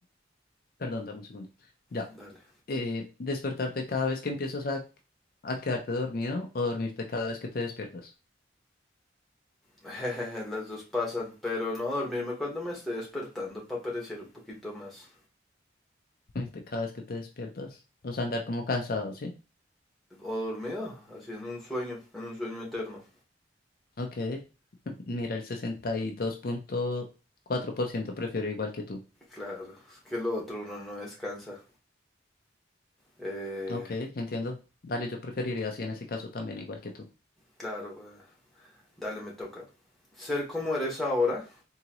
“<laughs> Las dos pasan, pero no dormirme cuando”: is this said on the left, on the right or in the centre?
Centre